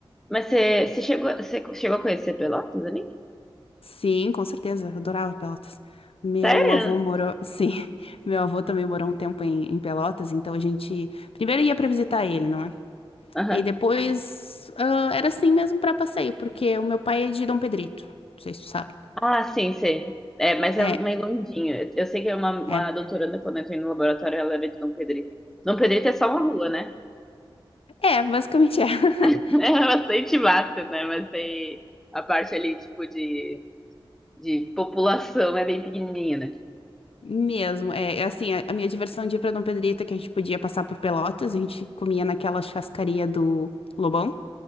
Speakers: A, in the centre; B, on the left.
A: Mas você você chegou, você chegou a conhecer Pelotas ali?
B: Sim, com certeza, eu adorava Pelotas. Meu
A: Sério?
B: avô morou, <laughs> sim, meu avô também morou um tempo em, em Pelotas, então a gente primeiro ia para visitar ele, não é?
A: Aham.
B: E depois ah, era assim mesmo para passeio, porque o meu pai é de Dom Pedrito, não sei se tu sabe.
A: Ah, sim, sei. É, mas
B: É,
A: é meio longinho. Eu, eu sei que é uma, uma
B: é,
A: doutoranda, quando eu entrei no laboratório, ela era de Dom Pedrito. Dom Pedrito é só uma rua, né? <laughs>
B: é, basicamente é. <laughs>
A: É bastante mata, né? Mas tem a parte ali, tipo, de. de população é bem pequenininha, né?
B: Mesmo, é é assim, a a minha diversão de ir para Dom Pedrito é que a gente podia passar por Pelotas, a gente comia naquela churrascaria do Lobão.